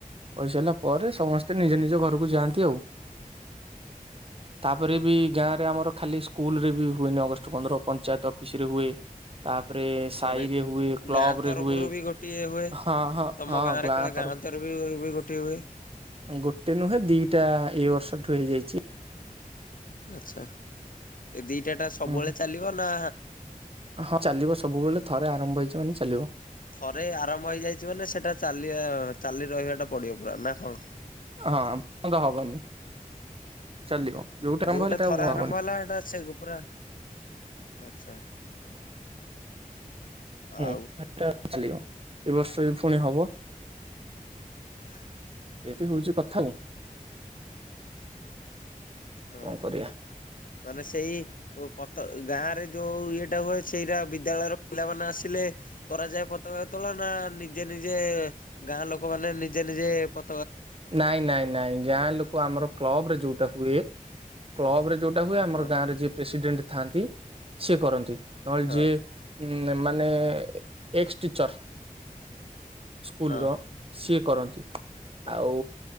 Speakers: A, on the right; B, on the left.
A: କହିସାରିଲା ପରେ ସମସ୍ତେ ସ୍ତେ ନିଜ ନିଜ ଘରକୁ ଯାଆନ୍ତି ଆଉ। ତାପରେ
B: ହଁ
A: ବି ଗାଁରେ ଆମର ଖାଲି ସ୍କୁଲରେ ବି ହୁଏନି ଅଗଷ୍ଟ ପନ୍ଦର ପଞ୍ଚାୟତ ଅଫିସରେ ହୁଏ। ତାପ ପରେ ସାହିରେ
B: ମାନେ
A: ହୁଏ, କ୍ଲବରେ
B: ଗାଁ ତରଫରୁ
A: ହୁଏ,
B: ବି ଗୋଟିଏ ହୁଏ।
A: ହଁ ହଁ
B: ତମ
A: ହଁ।
B: ଗାଁରେ
A: ଗାଁ
B: କାଳେ
A: ତରଫରୁ
B: <unintelligible> ଗୋଟିଏ ହୁଏ।
A: ଗୋଟେ ନୁହେଁ ଦିଟା ଏଇ ବର୍ଷ ଠୁ ହେଇଯାଇଛି।
B: ଆଚ୍ଛା। ଏ ଦିଟା ଟା ସବୁବେଳେ
A: ହୁଁ।
B: ଚାଲିବ ନା
A: ହଁ ଚାଲିବ ସବୁବେଳେ ଥରେ ଆରମ୍ଭ ହେଇଛି ମାନେ ଚାଲିବ।
B: ଥରେ ଆରମ୍ଭ ହେଇଯାଇଛି ମାନେ ସେଟା ଚାଲିଆ ଚାଲି ରହିବାଟା ପଡିବ ପୁରା ନା କଣ?
A: ହଁ ହବନି ଚାଲିବ। ଆରମ୍ଭ
B: ଯୋଉଟା
A: ହେଲେ ସେଟା
B: ଥରେ
A: ଆଉ ବନ୍ଦ
B: ଆରମ୍ଭ
A: ହବନି।
B: ହେଲା ହେଟା ସେଗ ପୁରା ଆଚ୍ଛା।
A: ହୁଁ।
B: ଆଉ
A: ଏଟା ଚାଲିବ। ଏ ବର୍ଷ ବି ଫୁଣି ହବ।
B: <inaudible>
A: ଏଠି ହଉଛି କଥା ଆଉ।
B: ଓହୋ।
A: କଣ କରିବା
B: ମାନେ ସେଇ ପତ ଗାଁରେ ଯୋଉ ଇଏଟା ହୁଏ ସେଇରା ବିଦ୍ୟାଳୟର ପିଲାମାନେ ଆସିଲେ କରାଯାଏ ପତାକା ଉତ୍ତୋଳନ ନା, ନିଜେ ନି ନିଜେ ଗାଁ ଲୋକମାନେ ନିଜେ ନିଜେ ପ
A: ନାଇଁ ନାଇଁ ନାଇଁ। ଗାଁ ଲୋକ ଆମର କ୍ଲବରେ ଯୋଉଟା ହୁଏ, କ୍ଲବରେ ଯୋଉ ଟା ହୁଏ ଆମର
B: ହଁ
A: ଗାଁରେ ଯିଏ ପ୍ରେସିଡେଣ୍ଟ ଥାଆନ୍ତି ସିଏ କରନ୍ତି। ନହେଲେ
B: ହଁ
A: ଯିଏ ଉମ୍ ମାନେ ଏକ୍ସ ଟିଚର ସ୍କୁଲର
B: ହଁ
A: ସିଏ କରନ୍ତି।
B: ହଁ
A: ଆଉ